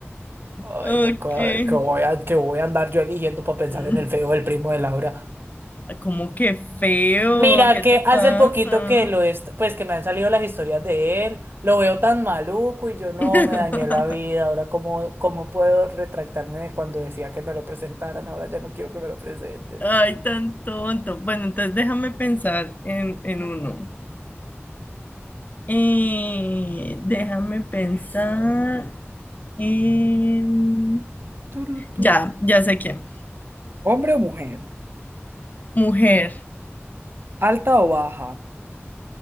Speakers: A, on the right; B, on the left.
A: Ay,
B: Ok.
A: no, ¿qué, qué voy a, que voy a andar yo eligiendo para pensar
B: Mm,
A: en el feo del primo de Laura?
B: ah, que feo,
A: Mira
B: ¿qué
A: que
B: te
A: hace
B: pasa?
A: poquito que lo est- pues que me han salido las historias de él, lo veo tan maluco y yo no
B: <laughs>
A: me dañé la vida, ahora cómo, cómo puedo retractarme de cuando decía que me lo presentaran, ahora ya no quiero que me lo presenten.
B: Ay, tan tonto. Bueno, entonces déjame pensar en, en uno. Eh, déjame pensar en...
A: Turu, tu,
B: Ya,
A: tu.
B: ya sé quién.
A: ¿Hombre o mujer?
B: Mujer.
A: ¿Alta o baja?